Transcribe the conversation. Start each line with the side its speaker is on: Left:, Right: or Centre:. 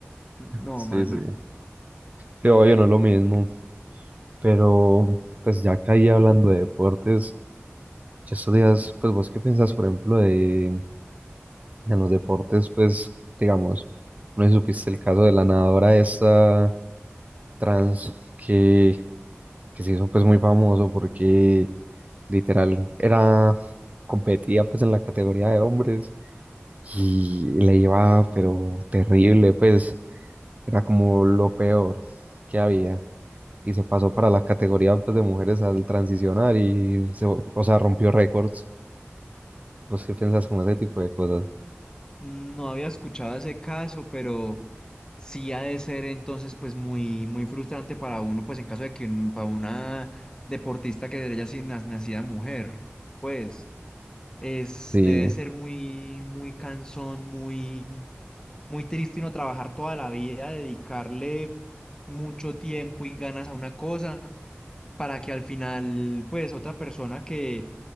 Left: No,
Right: Sí,
Left: mano.
Right: sí. Pero obvio no es lo mismo. Pero pues ya caí hablando de deportes, ya estos días, pues vos qué piensas, por ejemplo, de En los deportes, pues, digamos, no sé si supiste el caso de la nadadora esta trans que, que se hizo pues muy famoso porque literal era, competía pues en la categoría de hombres y le iba pero terrible, pues era como lo peor que había y se pasó para la categoría pues de mujeres al transicionar y se, o sea, rompió récords. ¿Vos qué piensas con ese tipo de cosas?
Left: No había escuchado ese caso, pero sí ha de ser entonces pues muy, muy frustrante para uno, pues en caso de que un- para una deportista que haya sido nac- nacida mujer, pues es,
Right: Sí,
Left: debe ser muy, muy cansón, muy... muy triste no trabajar toda la vida, dedicarle mucho tiempo y ganas a una cosa para que al final, pues, otra persona que